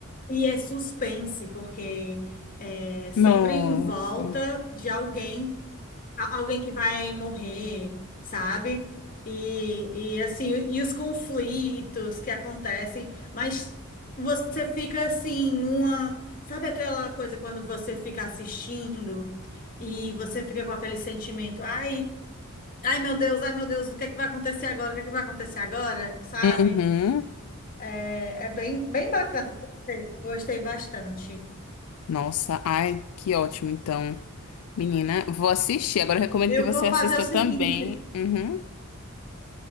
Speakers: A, on the left (about 40°); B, on the left (about 80°).
A: e é suspense, porque é sempre
B: Nossa.
A: em volta de alguém a- alguém que vai morrer, sabe? E, e assim, e os conflitos que acontecem, mas você fica assim numa, sabe aquela coisa quando você fica assistindo e você fica com aquele sentimento, ai, ai meu Deus, ai meu Deus, o que é que vai acontecer agora? O que é que vai acontecer agora? Sabe?
B: Uhum.
A: É, é bem, bem bacana. Gostei, gostei bastante.
B: Nossa, ai, que ótimo, então. Menina, vou assistir. Agora eu recomendo
A: Eu
B: que você
A: vou
B: assista
A: fazer o seguinte.
B: também. Uhum.